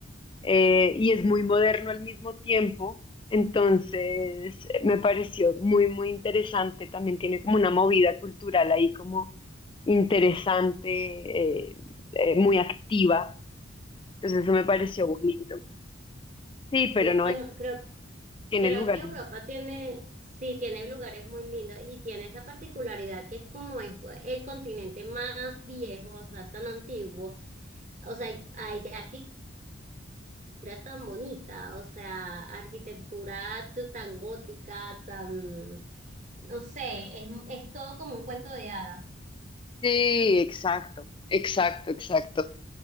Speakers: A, on the left; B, on the right.
A: eh, y es muy moderno al mismo tiempo. Entonces, eh, me pareció muy, muy interesante. También tiene como una movida cultural ahí como interesante, eh, eh, muy activa. Entonces, eso me pareció
B: Ok.
A: bonito. Sí,
B: Sí,
A: pero no
B: bueno,
A: eh,
B: creo,
A: tiene
B: creo
A: lugar.
B: que Europa tiene, sí, tiene lugares muy lindos y tiene esa particularidad que es como es el continente más viejo, o sea, es tan antiguo. O sea, hay, hay arquitectura tan bonita, o sea, arquitectura t- tan gótica, tan, no sé, es, es todo como un cuento de hadas.
A: Sí, exacto, exacto, exacto.